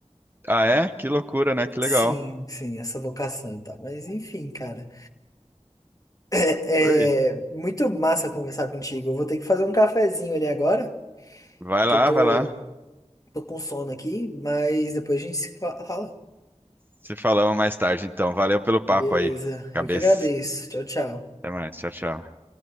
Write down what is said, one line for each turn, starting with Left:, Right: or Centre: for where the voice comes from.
Right: Ah, é? Que loucura, né? Que
Left: Sim,
Right: legal.
Left: sim, essa vocação e tal. Mas enfim, cara. É,
Right: Oi.
Left: é muito massa conversar contigo. Eu vou ter que fazer um cafezinho ali agora,
Right: Vai lá,
Left: que eu tô,
Right: vai lá.
Left: tô com sono aqui, mas depois a gente se fa- fala.
Right: Se falamos mais tarde, então. Valeu pelo
Left: Beleza.
Right: papo aí, cabeça.
Left: Eu que agradeço. Tchau, tchau.
Right: Até mais. Tchau, tchau.